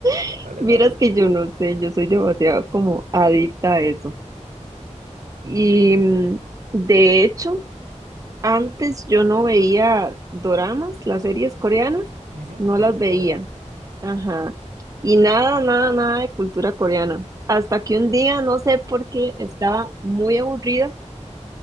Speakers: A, on the right (about 80°); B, on the right (about 25°).
A: vale,
B: <laughs> Vieras
A: vale.
B: que yo no sé, yo soy demasiado como adicta a eso. Y
A: Mm.
B: mm, de hecho... Antes yo no veía doramas, las series coreanas,
A: Ujú,
B: no
A: la
B: las
A: serie
B: veía.
A: coreana.
B: Ajá. Y nada, nada, nada de cultura coreana. Hasta que un día, no sé por qué, estaba muy aburrida